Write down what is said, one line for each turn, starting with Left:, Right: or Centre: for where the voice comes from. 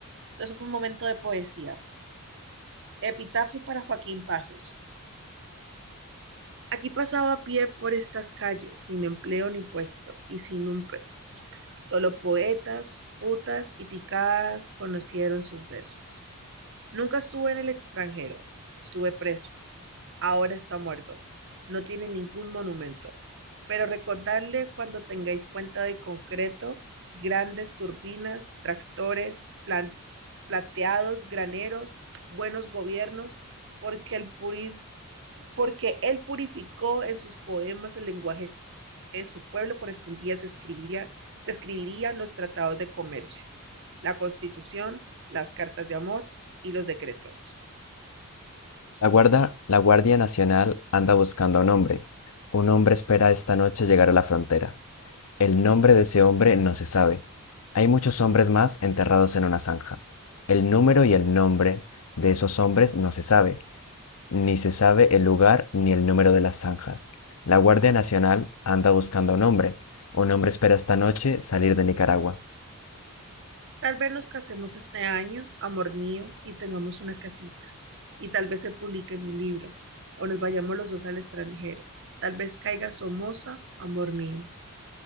Right: Esto es un momento de poesía. Epitafio para Joaquín Pasos. Aquí pasaba a pie por estas calles, sin empleo ni puesto y sin un peso. Solo poetas, putas y picadas conocieron sus versos. Nunca estuve en el extranjero, estuve preso. ahora está muerto. No tiene ningún monumento. Pero recordadle cuando tengáis puente de concreto, grandes turbinas, tractores, plan- plateados, graneros, buenos gobiernos, porque el purif- porque él purificó en sus poemas el lenguaje de su pueblo con el que un día se escribiría, se escribirían los tratados de comercio, la constitución, las cartas de amor y los decretos.
Left: La guarda- la Guardia Nacional anda buscando a un hombre. Un hombre espera esta noche llegar a la frontera. El nombre de ese hombre no se sabe. Hay muchos hombres más enterrados en una zanja. El número y el nombre de esos hombres no se sabe. Ni se sabe el lugar ni el número de las zanjas. La Guardia Nacional anda buscando a un hombre. Un hombre espera esta noche salir de Nicaragua.
Right: Tal vez nos casemos este año, amor mío, y tengamos una casita. Y tal vez se publique mi libro, o nos vayamos los dos al extranjero. Tal vez caiga Somoza, amor mío.